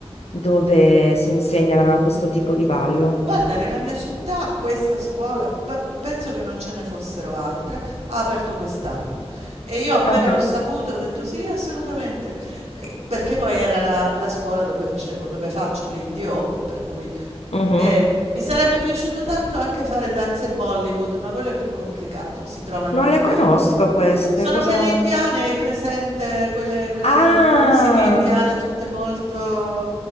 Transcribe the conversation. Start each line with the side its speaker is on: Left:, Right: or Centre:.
Left: dove si insegna questo tipo di ballo.
Right: Guarda, nella mia città questa scuola, beh, penso che non ce ne fossero altre, ha aperto quest'anno e io appena
Left: Ah.
Right: l'ho saputo ho detto sì, assolutamente, Pe- perché poi era la, la scuola dove facevo, dove faccio l'indie hop, per cui
Left: Mhm.
Right: eh, mi sarebbe piaciuto tanto anche fare danze Bollywood, ma quello è più complicato, si trovano
Left: Non
Right: di
Left: le
Right: meno.
Left: conosco queste,
Right: Sono
Left: cosa...
Right: quelle indiane, hai presente? Quelle, quelle
Left: Ah,
Right: musiche indiane, tutte molto...